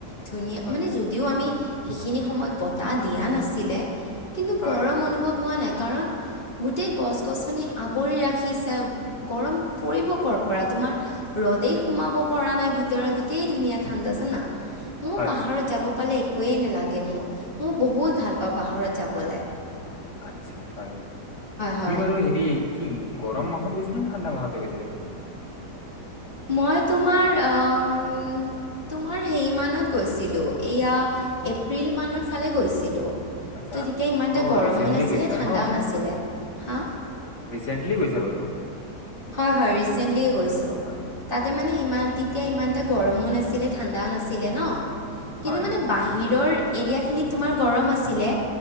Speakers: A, on the left; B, on the left.
A: ধুনীয়া
B: হয়
A: মানে যদিও আমি সেইখিনি সময়ত বতাহ দিয়া না -ছিলে কিন্তু
B: হয়
A: গৰম অনুভৱ হোৱা নাই কাৰণ গোট- গোটেই গছ-গছনি আৱৰি ৰাখিছে গৰম পৰিব কৰ পৰা তোমাৰ ৰ'দেই সোমাব পৰা নাই ভিতৰত গোটেই ধুনীয়া ঠাণ্ডা জানা, মোৰ
B: হয়
A: পাহাৰত
B: হয়
A: যাব পালে একোয়ে নালাগে মোক, মই বহুত ভাল পাওঁ পাহৰত যাবলে।
B: আতছা হয়
A: হয়
B: তুমি বাৰু হেৰি কি গৰম মাহত গৈছিলে নে ঠাণ্ডা মাহতে গৈছিলে বাৰু
A: মই তোমাৰ অমম তোমাৰ সেই মানত গৈছিলো এয়া এপ্ৰিল মানৰ ফালে গৈছিলো। ত'
B: আচ্ছা
A: তেতিয়া ইমান এটা
B: অ
A: গৰমো
B: ৰিচেণ্টলি
A: নাছিলে
B: গৈছিলা
A: ঠাণ্ডাও
B: ন
A: নাছিলে, হা
B: ৰিচেন্টলি গৈছা বোলো
A: হয় হয় ৰিচেন্টলিয়ে গৈছো
B: হয়
A: তাতে মানে ইমান তেতিয়া ইমান এটা গৰমো নাছিলে ঠাণ্ডাও নাছিলে ন কিন্তু
B: হয়
A: মানে বাহিৰৰ এৰিয়াখিনিত তোমাৰ গৰম আছিলে।